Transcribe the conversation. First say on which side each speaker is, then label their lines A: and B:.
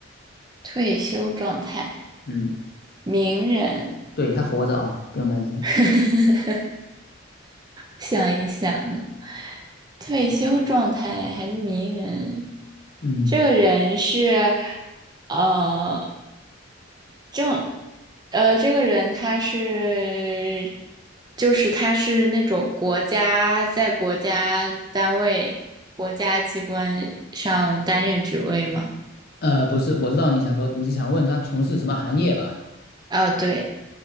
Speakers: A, on the right (about 20°); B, on the left (about 50°).
A: 退休状态，
B: 嗯，
A: 名人，
B: 对，他活着啊，不用担心。
A: <laughs> 想一想呢，退休状态还是名人？
B: 嗯，
A: 这个人是，呃。正，呃，这个人他是，就是他是那种国家在国家单位、国家机关上担任职位吗？
B: 呃，不是，我知道你想说，你想问他从事什么行业吧？
A: 哦，对，